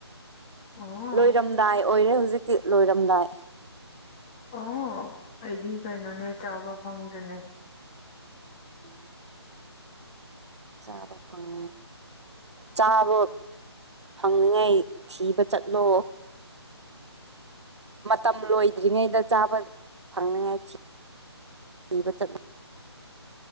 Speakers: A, on the left (about 20°); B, on the right (about 80°).
A: ꯑꯣ
B: ꯂꯣꯏꯔꯝꯗꯥꯏ ꯑꯣꯏꯔꯦ ꯍꯧꯖꯤꯛꯇꯤ ꯂꯣꯏꯔꯝꯗꯥꯏ꯫
A: ꯑꯣ ꯑꯩꯗꯤ ꯀꯩꯅꯣꯅꯦ ꯆꯥꯕ ꯐꯪꯗꯦꯅꯦ꯫
B: <unintelligible> ꯆꯥꯕ ꯐꯪ ꯆꯥꯕ ꯐꯪꯅꯤꯉꯩ ꯊꯤꯕ ꯆꯠꯂꯣ꯫ ꯃꯇꯝ ꯂꯣꯏꯗ꯭ꯔꯤꯉꯩꯗ ꯆꯥꯕ ꯐꯪꯅꯤꯉꯥꯏ ꯊꯤ ꯊꯤꯕ ꯆꯠꯂꯣ꯫